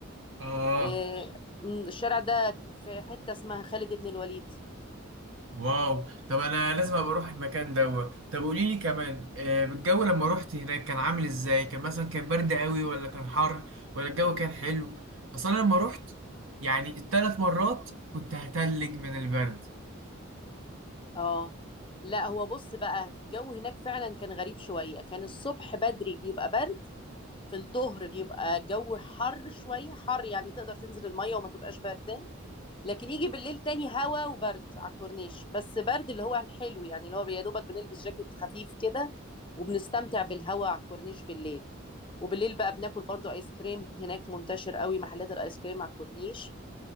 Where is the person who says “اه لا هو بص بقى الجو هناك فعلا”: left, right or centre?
Left